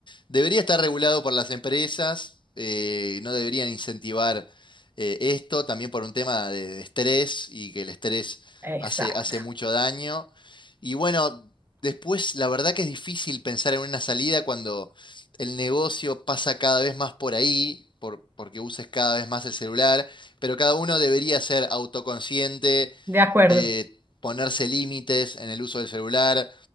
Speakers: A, on the left; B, on the right.
A: Debería estar regulado por las empresas, eh, no deberían incentivar eh, esto, también por un tema de, de estrés y que el estrés
B: Exacto.
A: hace, hace mucho daño. Y bueno, después la verdad que es difícil pensar en una salida cuando el negocio pasa cada vez más por ahí, por- porque uses cada vez más el celular, pero cada uno debería ser autoconsciente,
B: De acuerdo.
A: eh, ponerse límites en el uso del celular.